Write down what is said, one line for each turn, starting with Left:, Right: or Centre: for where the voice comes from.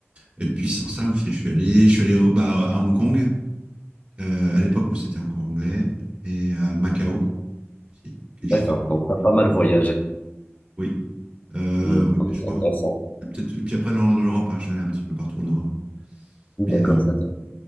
Right: Et puis sans ça, où c'est, je suis allé, je suis allé au, bah, à Hong Kong, euh, à l'époque où c'était encore anglais, et à Macao aussi, qui est juste
Left: D'accord,
Right: à côté.
Left: donc t'as
Right: de
Left: pas
Right: l'île
Left: mal
Right: de
Left: voyagé.
Right: Macao. Oui, euh,
Left: Hmm,
Right: oui, mais je
Left: c'est
Right: crois.
Left: intéressant.
Right: je vais Peut-être. Et puis après, dans, dans l'Europe, hein, je suis allé un petit peu partout en Europe.
Left: D'accord,
Right: Mais euh,
Left: c'est intéressant.